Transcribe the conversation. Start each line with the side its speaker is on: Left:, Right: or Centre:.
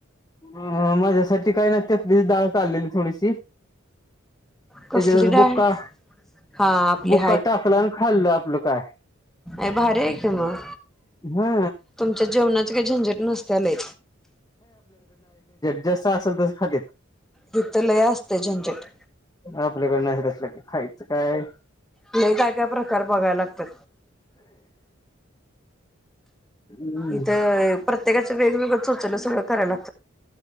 Left: अं माझ्यासाठी काही न त्यातली डाळ काडलेली थोडीशी त्याच्या
Centre: कसली
Left: त्याच
Centre: डाळ
Left: बुका
Centre: हा आपली
Left: बुका टाकला आणि खाल्लं आपलं काय.
Centre: अं भारी ऐक मग
Left: हा
Centre: तुमच्या जेवणाच काही झंझट नसत्या लय.
Left: जस असेल तसं खातेत.
Centre: हित लय असते झंझट
Left: आपल्याकड नाही तसलं काय खायचं काय.
Centre: काय काय प्रकार बघाय लागतात.
Left: हम्म
Centre: इथं प्रत्येकाचं वेगवेगळं चोचल सगळं करायला लाग